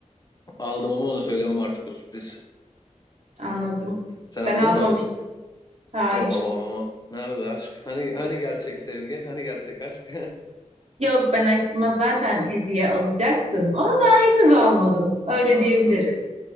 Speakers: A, on the left; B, on the right.
A: Aldım ama onu söylemem artık o sürpriz.
B: Anladım.
A: Sen aldın
B: Ben almamıştım.
A: mı?
B: Hayır.
A: Oo, nerede aşk? Hani hani gerçek sevgi? Hani gerçek aşk?
B: Yok ben aşkıma zaten hediye alacaktım ama daha henüz almadım.
A: <laughs>
B: Öyle
A: Anladım.
B: diyebiliriz.